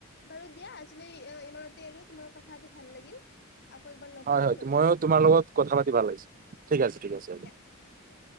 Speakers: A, on the left; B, on the right.
A: বাৰু দিয়া আজিলৈ ইমানতে আৰু তোমাৰ কথাপাতি ভাল লাগিল। আকৌ এবাৰ লগ
B: হয়
A: পাম
B: হয়
A: নতুন
B: ময়ো
A: এটা বিষয়ত
B: তোমাৰ লগত কথা পাতি ভাল লাগিছে ঠিক আছে ঠিক আছে।
A: দিয়া।